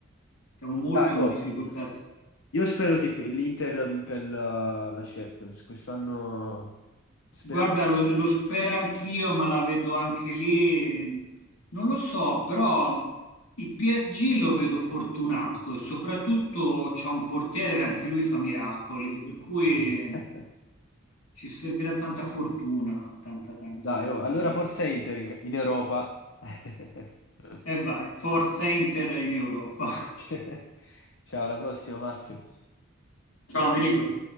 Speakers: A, on the left; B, on the left.
A: siamo molto
B: Dai,
A: in
B: oh,
A: difficoltà.
B: Io spero che l'Inter vinca il- la Champions, quest'anno speriamo.
A: Guarda, lo, lo spero anch'io, ma la vedo anche lì. Non lo so, però il PSG lo vedo fortunato e soprattutto c'è un portiere che anche lui fa miracoli, per cui
B: Eh. <laughs>
A: ci servirà tanta fortuna, tanta tanta
B: Dai,
A: fortuna.
B: oh, allora forza Inter in in Europa. <laughs>
A: E vai, forza Inter in Europa.
B: Eh. <laughs> Ciao, alla prossima, Marzio.
A: <laughs> Ciao, Amerigo.